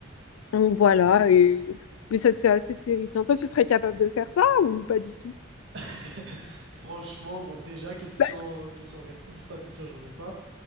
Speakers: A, on the left; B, on the right.
A: Donc voilà. Et... Mais ça, c'est assez terrifiant. Toi, tu serais capable de faire ça ou pas du tout?
B: <laughs> Franchement, bon, déjà, question,
A: Bah,
B: question vertige, ça c'est sûr, j'en ai pas.